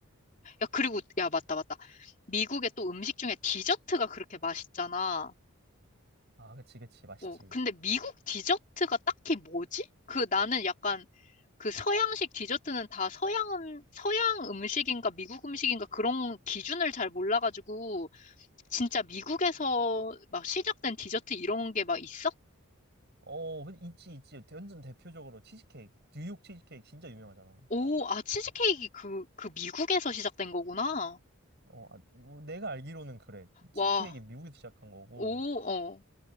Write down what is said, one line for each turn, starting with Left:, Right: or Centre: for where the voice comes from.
Left: 야, 그리고, 야, 맞다, 맞다. 미국의 또 음식 중에 디저트가 그렇게 맛있잖아.
Right: 아, 그치, 그치, 맛있지.
Left: 어, 근데 미국 디저트가 딱히 뭐지? 그 나는 약간 그 서양식 디저트는 다 서양, 음- 서양 음식인가 미국 음식인가 그런 기준을 잘 몰라가지고 진짜 미국에서 막 시작된 디저트 이런 게 막 있어?
Right: 어, 그 있지, 있지. 완전 대표적으로 치즈케이크, 뉴욕 치즈케이크 진짜 유명하잖아.
Left: 오, 아, 치즈케이크 그, 그 미국에서 시작된 거구나.
Right: 어, 아, 뭐 내가 알기로는 그래. 치즈케이크
Left: 와,
Right: 미국에서 시작한 거고.
Left: 오, 어,